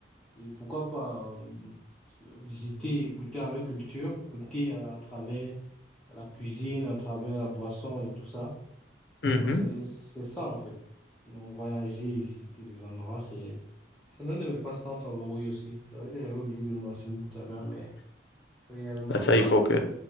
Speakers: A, in the centre; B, on the left.
A: et, et pourquoi pas euh, visiter, goûter à leur culture, goûter à, à travers la cuisine, à travers la boisson et tout ça.
B: mhm.
A: Donc, c'est, c'est ça, en fait. Donc, voyager et visiter les endroits, c'est, c'est l'un de mes passe-temps favoris aussi. C'est vrai que j'avais oublié de le mentionner tout à l'heure, mais. C'est réellement
B: Bah,
A: le
B: ça,
A: cas.
B: il faut que